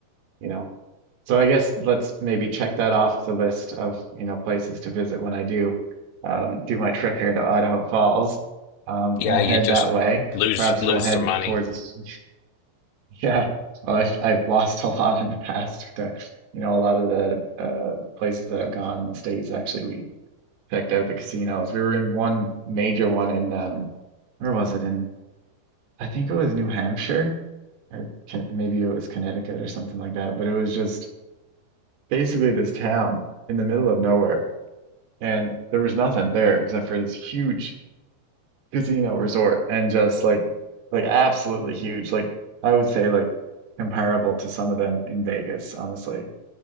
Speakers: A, on the right (about 70°); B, on the left (about 80°).
A: you know, so I guess let's maybe check that off the list of, you know, places to visit when I do um, do my trip here to Idaho Falls. Um,
B: Yeah,
A: won't
B: you
A: head
B: just
A: that way.
B: lose
A: Perhaps
B: lose
A: we'll head
B: some money.
A: towards, this- <laughs> yeah. Well, I've I've lost a lot in the past. To, you know, a lot of the uh, places that I've gone in the States, actually, we checked out the casinos. We were in one major one in um, where was it? In I think it was New Hampshire, or Con- maybe it was Connecticut or something like that. But it was just basically this town in the middle of nowhere, and there was nothing there except for this huge casino resort and just like like absolutely huge. Like I would say like comparable to some of them in Vegas, honestly.